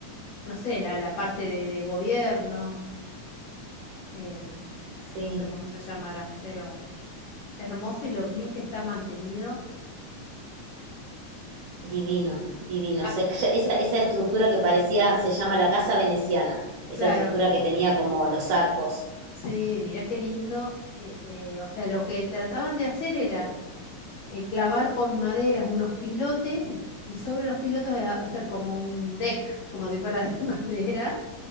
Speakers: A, on the left; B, on the right.
A: no sé, la, la parte de, de gobierno, eh,
B: Sí.
A: no sé cómo se llamará, pero hermoso y lo bien que está mantenido.
B: Divino, divino.
A: Ah,
B: Se- esa, esa estructura que parecía, se llama la casa veneciana,
A: claro,
B: esa estructura que tenía como los arcos.
A: sí, mirá qué lindo. eh, eh, o sea, lo que trataban de hacer era eh, clavar con maderas unos pilotes y sobre los pilotos hacer como un deck, como si fuera <laughs> de madera,